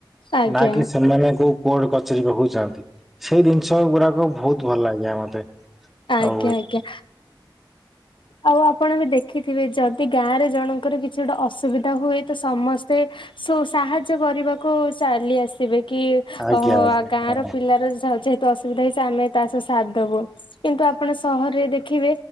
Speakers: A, on the left (about 75°); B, in the centre.
A: ଆଜ୍ଞା
B: ନା କି ସେମାନେ କୋଉ କୋର୍ଟ କଚେରୀ ପାଖକୁ ଯାଆନ୍ତି ସେ ଜିନିଷ ଗୁଡାକ ବହୁତ ଭଲ ଲାଗେ ଆଜ୍ଞା ମତେ।
A: ଆଜ୍ଞା
B: ଆଉ
A: ଆଜ୍ଞା ଆଉ ଆ ପଣ ବି ଦେଖିଥିବେ, ଯଦି ଗାଁରେ ଜଣଙ୍କର କିଛି ଗୋଟେ ଅସୁବିଧା ହୁଏ ତ ସମସ୍ତେ। ସୁ ସାହାଯ୍ୟ କରିବାକୁ ଚାଲି ଆସିବେ। କି
B: ଆଜ୍ଞା
A: ଅ
B: ଆଜ୍ଞା
A: ଗାଁ
B: ହଁ
A: ର ପିଲାର ଯେହେତୁ ଅସୁବିଧା ହେଇଛି ଆମେ ତା ସହ ସାଥ ଦବୁ। କିନ୍ତୁ ଆପଣ ସହରରେ ଦେଖିବେ